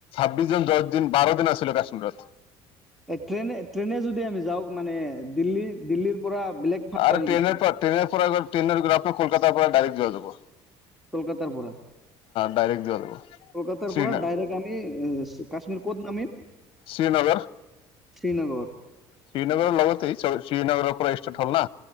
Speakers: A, on the left (about 60°); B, in the centre.
A: ছাব্বিছজন দহ‌ দিন বাৰ দিন আছিলো কাশ্মীৰত।
B: এ ট্ৰেইনে ট্ৰেইনে যদি আমি যাওঁক মানে দিল্লী দিল্লীৰ পৰা বেলেগ ফালে
A: আৰু
B: নেকি
A: ট্ৰেইন পৰা ট্ৰেইন পৰা্ৰেই আপনি কলকাতাৰ পৰা ডাইৰেক্ট যোৱা যাব।
B: কলকাতাৰ পৰা?
A: ডাইৰেক্ট যোৱা যাব
B: কলকাতাৰ
A: শ্ৰীনগৰ
B: পৰা ডাইৰেক্ট আমি কাশ্মীৰ ক'ত নামিম?
A: শ্ৰীনগৰ।
B: শ্ৰীনগৰ?
A: শ্ৰীনগৰৰ লগতে শ্ৰীনগৰৰ পৰা ষ্টাৰ্ট হ'ল না